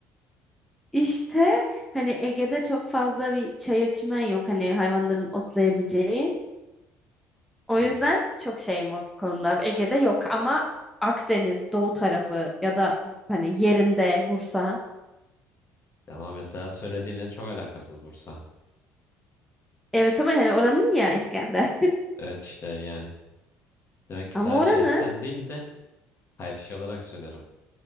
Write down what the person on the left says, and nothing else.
Hmm.
Ama mesela söylediğinle çok alakasız Bursa.
Evet işte yani. Demek ki
sadece
etten değil de hayır şey olarak söylüyorum.